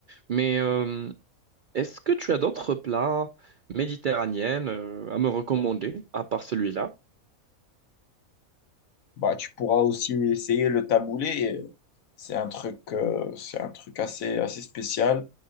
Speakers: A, on the right (about 65°); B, on the left (about 75°).
A: Mais euh, est-ce que tu as d'autres plats méditerranéens euh, à me recommander, à part celui-là?
B: Bah tu pourras aussi essayer le taboulé, c'est un truc euh, c'est un truc assez assez spécial.